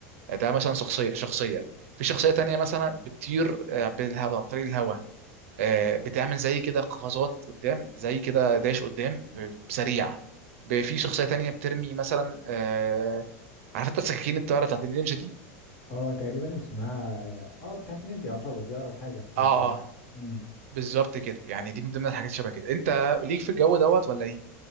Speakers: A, on the right; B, on the left.
A: ده مثلا شخصيه شخصيه في شخصيه تانية مثلا بتطير آه، بالهواء عن طريق الهواء آه، بتعمل زي كده قفزات قدام زي كده داش قدام آه، سريع ب- في شخصيه تانية بترمي مثلا آه، عارف انت السكاكين الطياره بتاعت النينجا دي
B: اه تقريبا اسمها اه آه، بتاعت نينجا يعتبر دي اقرب حاجه فعلا
A: اه
B: عندك
A: اه
B: حق. امم
A: بالظبط كده يعني دي من ضمن الحاجات شبه كده انت ليك في الجو دوت ولا ايه